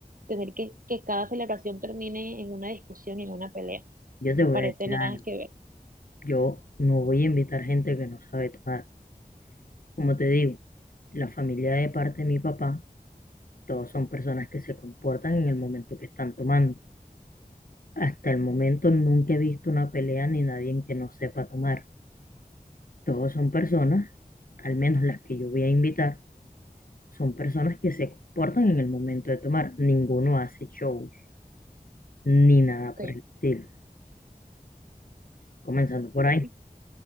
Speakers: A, on the right (about 60°); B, on the left (about 60°).
A: tener que, que cada celebración termine en una discusión y en una pelea.
B: Yo te
A: Me
B: voy
A: parece
B: a decir
A: nada
B: algo.
A: que ver.
B: Yo no voy a invitar gente que no sabe tomar. Como te digo, la familia de parte de mi papá Todos son personas que se comportan en el momento que están tomando. Hasta el momento nunca he visto una pelea ni nadie en que no sepa tomar. Todos son personas, al menos las que yo voy a invitar, son personas que se comportan en el momento de tomar. Ninguno hace shows ni nada
A: Ok,
B: por el estilo. Comenzando por
A: bueno,
B: ahí.